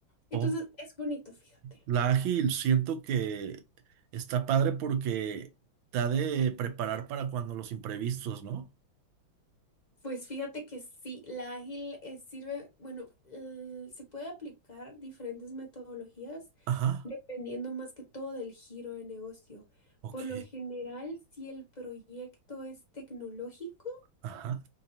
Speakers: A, on the left; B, on the right.
A: Entonces,
B: Ok.
A: es bonito, fíjate.
B: La ágil siento que está padre porque te ha de preparar para cuando los imprevistos, ¿no?
A: Pues fíjate que sí, la ágil eh, sirve, bueno, eh, se puede aplicar diferentes metodologías
B: Ajá.
A: dependiendo más que todo del giro de negocio.
B: Ok.
A: Por lo general, si el proyecto es tecnológico,
B: Ajá.